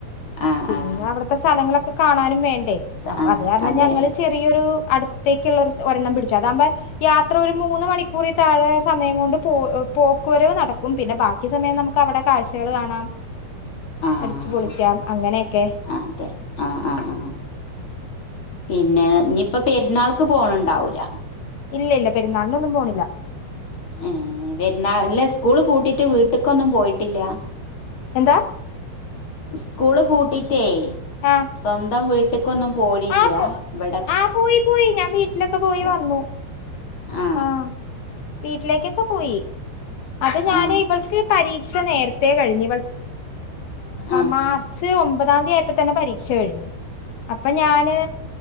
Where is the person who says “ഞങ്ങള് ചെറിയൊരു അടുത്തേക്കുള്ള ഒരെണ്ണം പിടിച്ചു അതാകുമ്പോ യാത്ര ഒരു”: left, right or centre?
Left